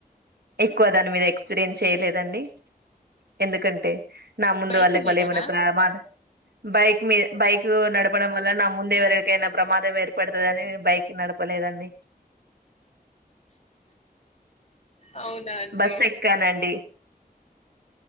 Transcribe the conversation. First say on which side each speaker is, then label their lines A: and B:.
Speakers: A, on the right (about 85°); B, on the left (about 45°).
A: ఎక్కువ దాని మీద ఎక్స్పీరియన్స్ చేయలేదండి ఎందుకంటే
B: బైక్
A: దువల్ల
B: మీదనా
A: మళ్ళ ఎమన్నా ప్రమాదం బైక్ మీద బైక్ నార్పడం వల్ల నా ముందే ఎవరికీ ప్రమాదం ఏర్పడుతుందని బైక్ నడపలేదండి
B: అవునా అండి
A: బస్ ఎక్కానండి